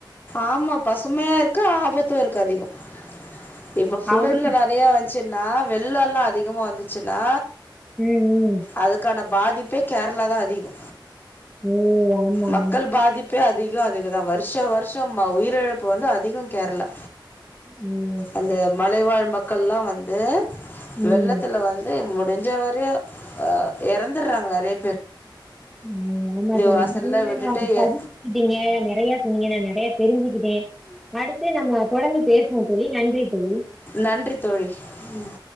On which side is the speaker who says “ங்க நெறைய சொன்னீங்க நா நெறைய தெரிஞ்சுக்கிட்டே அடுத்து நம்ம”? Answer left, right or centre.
Centre